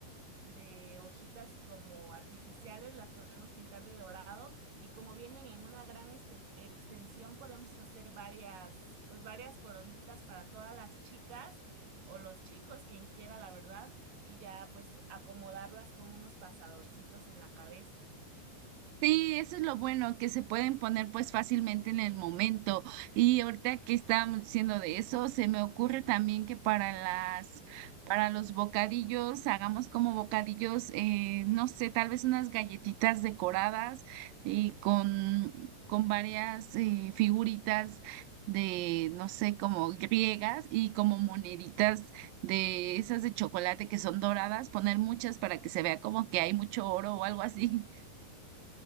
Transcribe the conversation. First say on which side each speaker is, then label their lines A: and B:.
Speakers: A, on the right; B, on the right.
A: de hojitas como artificiales, las podemos pintar de dorado y como vienen en una gran este- extensión, podemos hacer varias, pues varias coronitas para todas las chicas o los chicos, quien quiera, la verdad, y ya pues acomodarlas con unos pasadorcitos en la cabeza.
B: Sí, eso es lo bueno, que se pueden poner pues fácilmente en el momento. Y ahorita que estábamos diciendo de eso, se me ocurre también que para las, para los bocadillos, hagamos como bocadillos, eh, no sé, tal vez unas galletitas decoradas y con, con varias eh, figuritas de, no sé, como griegas y como moneditas de esas de chocolate que son doradas, poner muchas para que se vea como que hay mucho oro o algo así.